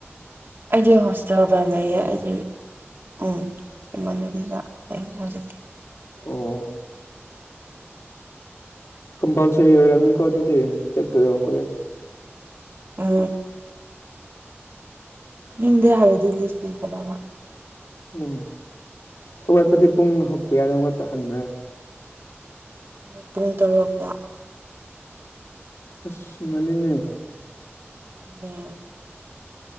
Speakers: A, on the right; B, on the left.
A: ꯑꯩꯗꯤ ꯍꯣꯁꯇꯦꯜꯗꯥ ꯂꯩꯌꯦ ꯑꯩꯗꯤ ꯎꯝ ꯏꯃꯥꯟꯅꯕꯤꯒ ꯂꯩ ꯍꯧꯖꯤꯛꯇꯤ
B: ꯑꯣ ꯀꯝꯄꯜꯁꯔꯤ ꯑꯣꯏꯔꯝꯅꯤꯀꯣ ꯑꯗꯨꯗꯤ ꯆꯠꯄꯗꯣ ꯀꯣꯂꯦꯖ
A: ꯎ ꯍꯗꯦ ꯍꯥꯏꯗꯤꯦ ꯐꯜ ꯀꯂ
B: ꯎꯝ ꯍꯧꯋꯥꯠꯄꯗꯤ ꯄꯨꯡ ꯀꯌꯥꯗ ꯍꯧꯒꯠꯄ ꯍꯟꯕ꯭ꯔꯥ
A: ꯃꯣꯏ ꯄꯨꯡ ꯇꯔꯨꯛꯇ
B: ꯑꯁ ꯏ ꯉꯂꯤꯅꯦ
A: ꯗ